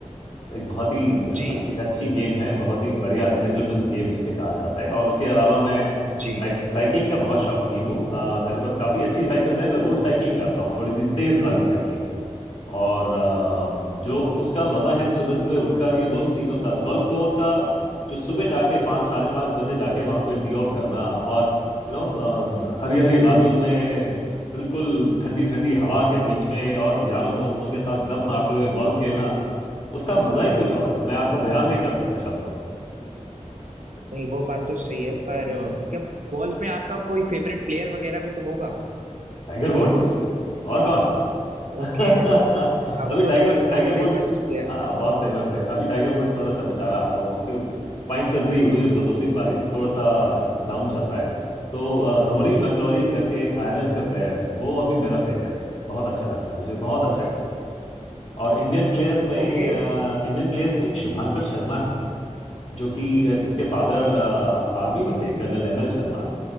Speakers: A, on the left; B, on the right.
A: एक बहुत ही
B: जी
A: अच्छी अच्छी गेम है बहुत ही बढ़िया जेंटलमैन्स गेम जिसे कहा जाता है और उसके अलावा मैं
B: जी
A: साइक, साइकिलिंग का बहुत शौकीन हूँ अ, मेरे पास काफी अच्छी साइकिल्स हैं मैं रोड साइकिलिंग करता हूँ थोड़ी सी तेज वाली साइकिलिंग और अ, जो उसका मजा है सुबह सुबह उठकर ये दोनों चीजों का गोल्फ कोर्स का जो सुबह जाके पाँच साढ़े पाँच बजे जाके वहां पे टी ऑफ करना और यू नो हरी हरी वादियों में बिल्कुल ठंडी ठंडी हवा के बीच में और यारों दोस्तों के साथ गप मारते हुए गोल्फ खेलना उसका मजा ही कुछ और है मैं आपको बयान नहीं कर सकता शब्दों में
B: नहीं वो बात तो सही है पर
A: हम्म
B: अ, क्या गोल्फ में आपका कोई फेवरेट प्लेयर वगैरह भी तो होगा
A: Tiger Woods और कौन <laughs> अभी
B: ओके हाँ वो
A: टाइगर
B: तो बहुत
A: टाइगर वुड्स
B: फेमस प्लेयर
A: हाँ बहुत फेमस प्लेयर अभी टाइगर वुड्स थोड़ा सा बेचारा अ, उसकी स्पाइन सर्जरी हुई उसको दो तीन बारी तो थोड़ा सा डाउन चल रहा है तो अ, रोरी मैकलोरी करके एक आयरलैंड का प्लेयर है वो अभी मेरा फेवरेट है बहुत अच्छा लगता है मुझे बहुत अच्छा खेलता है और इंडियन प्लेयर्स में
B: ओके
A: अ, इंडियन प्लेयर्स में एक शुभांकर शर्मा है जो कि अ, जिसके फादर आर्मी में थे colonel M L Sharma